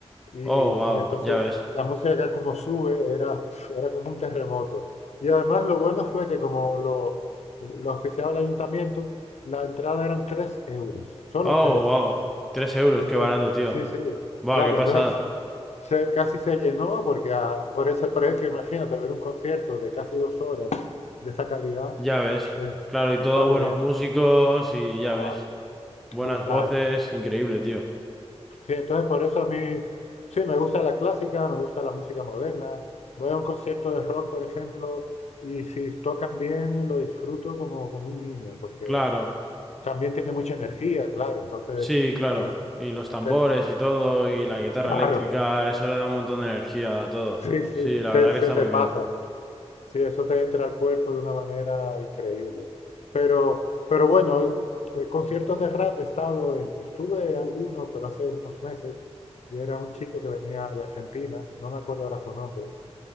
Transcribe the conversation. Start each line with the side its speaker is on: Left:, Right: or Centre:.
Left: y,
Centre: Oh, wow,
Left: y entonces
Centre: ya ves.
Left: la música como sube era, pf, era como un terremoto. Y además lo bueno fue que como lo, lo auspiciaba el ayuntamiento, la entrada eran 3 euros, solo
Centre: Oh,
Left: tres
Centre: wow. Tres euros,
Left: Entonces,
Centre: qué barato, tío.
Left: sí, sí,
Centre: Buah,
Left: claro,
Centre: qué pasada.
Left: entonces se- casi se llenó porque a- por ese precio, imagínate, ver un concierto de casi dos horas de esa calidad,
Centre: Ya ves.
Left: eh,
Centre: Claro, y
Left: está
Centre: todos
Left: muy
Centre: buenos
Left: bien.
Centre: músicos y
Left: ¡Guau!
Centre: ya ves. Buenas
Left: Brutal.
Centre: voces, increíble, tío.
Left: Sí, entonces por eso a mí, sí, me gusta la clásica, me gusta la música moderna. Voy a un concierto de rock, por ejemplo, y si tocan bien lo disfruto como, como un niño, porque
Centre: Claro,
Left: también tiene mucha energía, claro. Entonces,
Centre: sí, claro.
Left: eh,
Centre: Y los tambores
Left: te-
Centre: y todo, y la
Left: <laughs>
Centre: guitarra
Left: claro,
Centre: eléctrica, eso le da un montón de energía a todo.
Left: sí, sí,
Centre: Sí, la
Left: te-
Centre: verdad
Left: se
Centre: que está
Left: te
Centre: muy
Left: pasa.
Centre: bien.
Left: Sí, eso te entra al cuerpo de una manera increíble. Pero, pero bueno, eh, eh, conciertos de rap he estado en, estuve a uno, pero hace unos meses, y era un chico que venía de Argentina, no me acuerdo ahora su nombre,